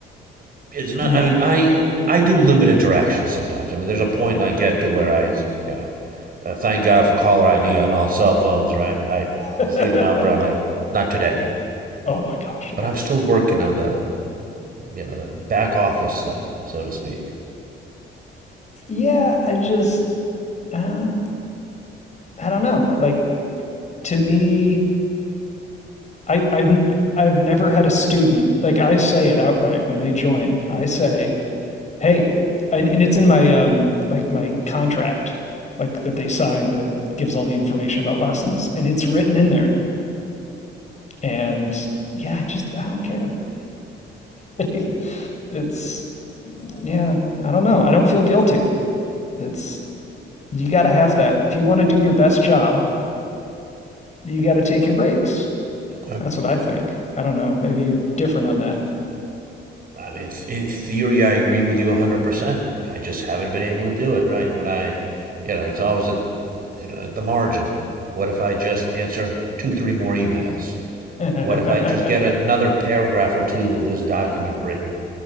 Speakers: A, on the right; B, on the left.
A: it's not.
B: No.
A: I mean, I I do limit interactions sometimes. I mean, there's a point I get to where I, you know, uh, thank God for caller ID on all cell phones, right? I
B: <laughs>
A: see the number.
B: oh,
A: I'm like, not today.
B: my gosh.
A: But
B: Yeah.
A: I'm still working on the, you know, the back office stuff, so to speak.
B: Yeah. I just, uh, I don't know. Like, to me, I, I've, I've never had a student, like, I say it outright when they join. I say, hey, and, and it's in my, um, like, my contract, like, that they sign that gives all the information about lessons. And it's
A: Okay.
B: written in there And yeah, I just I don't care. <laughs> it's yeah, I don't know. I don't feel guilty. It's you got to have that. If you want to do your best job, you got to take your breaks.
A: Okay.
B: That's what I think. I don't know. Maybe you're different on that.
A: I mean, in theory, I agree with you 100%. I just haven't been able to do it, right? When I, you know, it's always at, you know, at the margin. What if I just answer two, three more emails?
B: <laughs>
A: What if I just get another paragraph or two of this document written?